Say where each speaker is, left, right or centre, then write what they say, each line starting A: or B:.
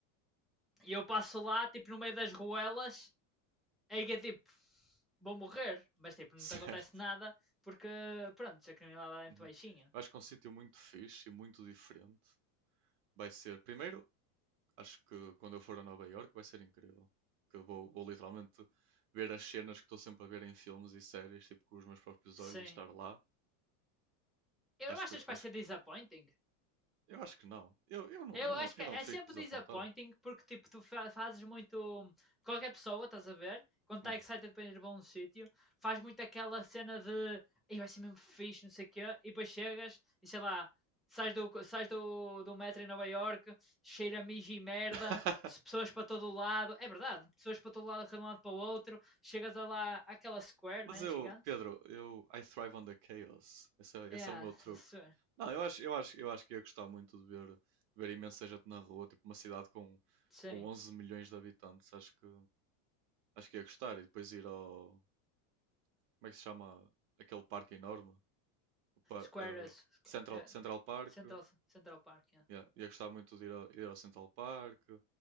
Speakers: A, in the centre; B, on the right.
A: E eu passo lá, tipo no meio das ruelas, É que é tipo, vou morrer, mas tipo, não
B: <laughs> Certo.
A: te acontece nada porque, pronto, a criminalidade é muito
B: Uhum.
A: baixinha.
B: Eu acho que é um sítio muito fixe e muito diferente. Vai ser, primeiro, acho que quando eu for a Nova Iorque vai ser incrível. Que eu vou, vou literalmente ver as cenas que estou sempre a ver em filmes e séries, tipo, com os meus próprios
A: Sim.
B: olhos e estar lá.
A: Eu
B: Acho
A: não achas
B: que,
A: que
B: acho
A: vai ser disappointing?
B: Eu acho que não. Eu, eu não,
A: Eu
B: eu
A: acho
B: não,
A: que
B: eu
A: é
B: não fico
A: sempre
B: desapontado.
A: disappointing porque tipo, tu fa- fazes muito. Qualquer pessoa, estás a ver? Quando está
B: Hum.
A: excited para ir para um sítio, faz muito aquela cena de "Ei, vai ser mesmo fixe, não sei o quê, e depois chegas e sei lá, sais do, sais do, do metro em Nova York, cheira a mijo e merda,
B: <laughs>
A: se- pessoas para todo o lado, é verdade, pessoas para todo lado, de um lado para o outro, chegas a lá àquela square,
B: Mas
A: né?
B: eu,
A: Gigante?
B: Pedro, eu I thrive on the chaos. Esse é,
A: Yeah,
B: esse é o meu truque.
A: s-
B: Não, eu acho, eu acho, eu acho que ia gostar muito de ver, de ver imensa gente na rua, tipo uma cidade com,
A: sim,
B: com 11 milhões de habitantes. Acho que, acho que ia gostar. E depois ir ao, como é que se chama aquele parque enorme? O par-
A: square
B: eh,
A: is,
B: Central,
A: é,
B: Central Park.
A: Central, Central Park, yeah.
B: Yeah, ia gostar muito de ir ao, ir ao Central Park,